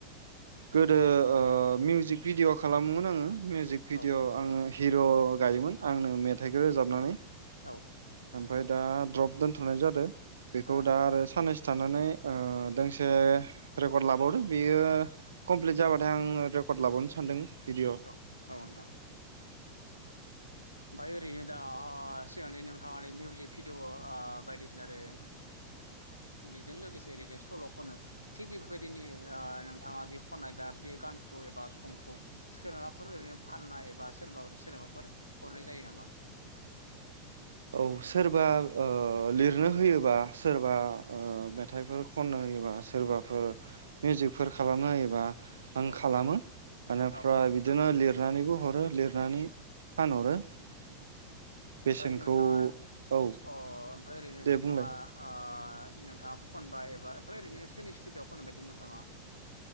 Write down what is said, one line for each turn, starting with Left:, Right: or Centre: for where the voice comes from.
Right: गोदो ओ मिउजिक भिडिय' खालामोमोन आङो मिउजिक भिडिय'
Left: औ
Right: आङो हिर' गायोमोन आंनो मेथाइखौ रोजाबनानै
Left: औ।
Right: ओमफ्राय दा द्रप दोनथ'नाय जादों बेखौ
Left: आ
Right: दा आरो साननैसो थानानै ओ दोंसे रेकर्ड लाबावदो बेयो कमप्लिट जाबाथाय आं रेकर्ड लाबावनो सानदों भिडिअ
Left: औ औ नोंथां। ओमफ्राय ओरैनो दा ओ सिगांनि नोंथाङा मिउजिक भिडिय' ओ बायदिसिना आरो <unintelligible> बेजों लोगोसे ओरैनो सल' खनो थिग बेफोरबायदिनि ओ नोंथाङा दि खननाय दा बे गानखौ एबा समखौ सोरबाफोर ओरैनो फाननाय एबा सोरबाफोर सोरबाफोर हरनाय जायो नामा।
Right: औ सोरबा ओ लिरनो होयोबा सोरबा ओ मेथाइफोर खननो होयोबा सोरबाफोर मिउजिकफोर खालामना होयोबा आं
Left: औ
Right: खालामो आनिफ्राय
Left: औ
Right: बिदिनो लिरनानैबो हरो लिरनानै फानहरो बेसेनखौ
Left: ओमफ्राय नोंथाङा अ
Right: औ
Left: ओमफ्राय ओरैनो
Right: दे
Left: नोंथाङा
Right: बुंलाय
Left: ओ नोंथाङा खनबाय एबा ओमफ्राय ओरैनो सोरनि स्टुडिअआव खननो बायदि नोंथाङा